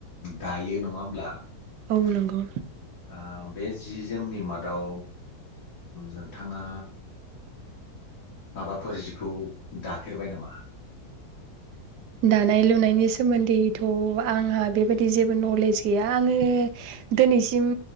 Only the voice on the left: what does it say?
दायो नङा होमब्ला
ओ बे जि जोमनि मादाव नोंथाङा माबाफोर जिखौ दाफेरबाय नामा? <inaudible>